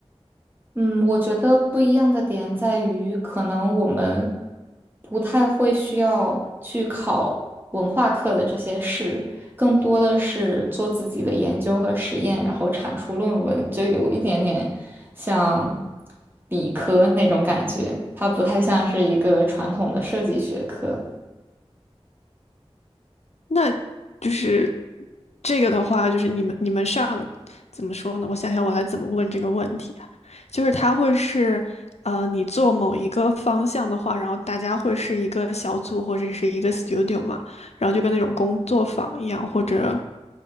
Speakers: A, on the right; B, on the left.
A: 嗯，我觉得不一样的点在于，可能我们不太会需要去考文化课的这些事，更多的是做自己的研究和实验，然后产出论文，就有一点点像理科那种感觉，它不太像是一个传统的设计学科。
B: 那就是这个的话，就是你们你们上怎么说呢？我想想，我来怎么问这个问题啊？就是它会是，呃，你做某一个方向的话，然后大家会是一个小组或者是一个 studio 嘛，然后就跟那种工作坊一样，或者